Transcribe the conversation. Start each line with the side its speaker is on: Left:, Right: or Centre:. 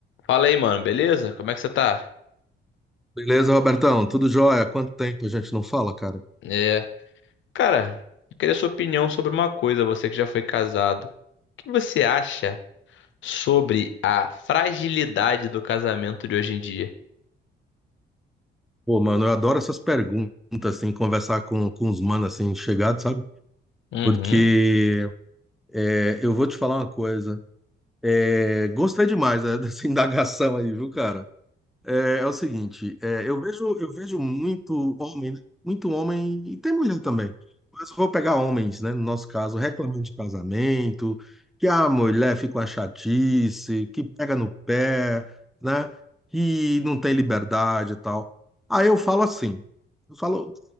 Left: Fala aí, mano, beleza? Como é que você tá?
Centre: Beleza, Robertão? Tudo jóia? Quanto tempo a gente não fala, cara?
Left: É. Cara, eu queria sua opinião sobre uma coisa, você que já foi casado. O que você acha sobre a fragilidade do casamento de hoje em dia?
Centre: Pô, mano, eu adoro essas perguntas, assim, conversar com, com os manos, assim, chegados, sabe?
Left: Uhum.
Centre: Porque é, eu vou te falar uma coisa. É, gostei demais, né, dessa <laughs> indagação aí, viu, cara? É, é o seguinte, é, eu vejo, eu vejo muito homem, né? muito homem, e tem mulher também, mas vou pegar homens, né? No nosso caso, reclamando de casamento, que a mulher fica uma chatice, que pega no pé, né? Que não tem liberdade e tal. Aí eu falo assim, eu falo,